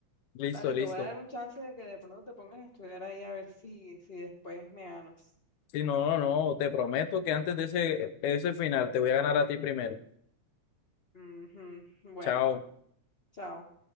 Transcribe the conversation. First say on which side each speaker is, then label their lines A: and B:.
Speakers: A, on the left (about 85°); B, on the left (about 60°).
A: listo,
B: dale,
A: listo.
B: te voy a dar un chance de que de pronto te pongas a estudiar ahí a ver si, si después me ganas.
A: Sí, no, no, no, te prometo que antes de ese, ese final te voy a ganar a ti primero.
B: Ujú, Bueno,
A: Chao.
B: chao.